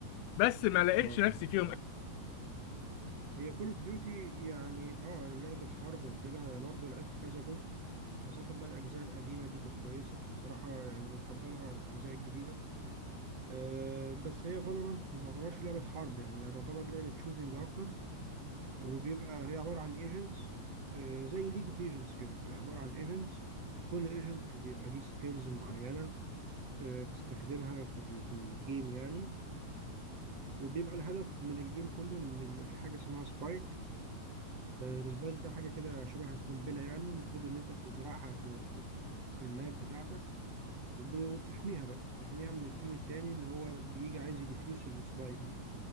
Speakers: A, on the left (about 75°); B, on the right (about 40°).
A: بس ما لقيتش
B: اه
A: نفسي فيهم
B: هي كول اوف ديوتي يعني اه لعبة حرب وكده انا برضو لعبت كذا جزء خاصة بقى الأجزاء القديمة دي كانت كويسة بصراحة يعني بفضلها عن الأجزاء الجديدة أه بس هي فالورانت ما تعتبرش لعبة حرب يعني هي تعتبر لعبة شوتينج أكتر وبيبقى هي عبارة عن ايجنتس زي ليج اوف ايجنتس كده عبارة عن ايجنتس كل ايجنت بيبقى ليه سكيلز معينة آه، بتستخدمها في ال- في الجيم يعني وبيبقى الهدف من الجيم كله ان يبقى في حاجة اسمها سبايك السبايك ده حاجة كده شبه القنبلة يعني المفروض ان انت بتزرعها في في في في الماب بتاعتك وب- وبتحميها بقى بتحميها من التيم التاني ان هو بيجي عايز يديفيوس السبايك دي